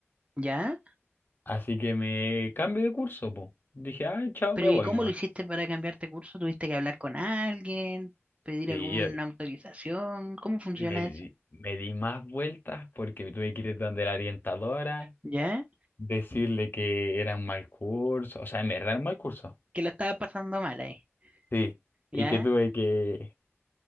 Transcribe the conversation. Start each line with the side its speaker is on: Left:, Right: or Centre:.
Right: ¿Ya?
Left: Así que me cambio de curso, po. Dije, ay, chao,
Right: Pero
Left: me
Right: ¿y
Left: voy
Right: cómo
Left: nomás.
Right: lo hiciste para cambiarte curso? ¿Tuviste que hablar con alguien? ¿Pedir
Left: Sí,
Right: alguna
Left: eh,
Right: autorización? ¿Cómo funciona
Left: me, di-
Right: eso?
Left: me di más vueltas porque me tuve que ir donde la orientadora,
Right: ¿Ya?
Left: decirle que era un mal curso, o sea, en verdad era un mal curso.
Right: Que lo estaba pasando mal ahí.
Left: Sí,
Right: ¿Ya?
Left: y que tuve que,